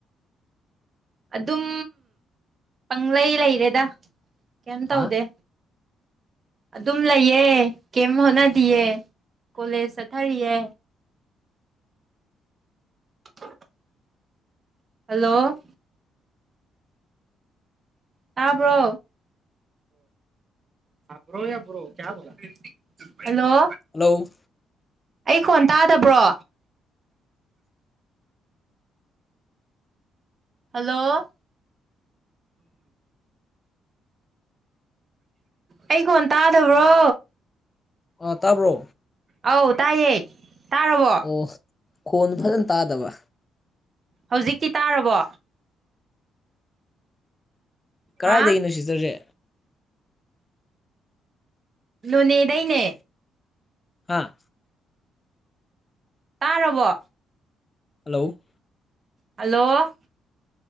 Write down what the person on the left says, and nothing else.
ꯍꯥ
ꯍꯜꯂꯣ
ꯑꯥ ꯇꯥꯕ꯭ꯔꯣ
ꯑꯣ ꯀꯣꯟ ꯐꯖꯅ ꯇꯥꯗꯕ
ꯀꯗꯥꯥꯏꯗꯒꯤꯅꯣ
ꯁꯤꯁꯇꯔꯁꯦ
ꯍꯥꯥ
ꯍꯜꯂꯣ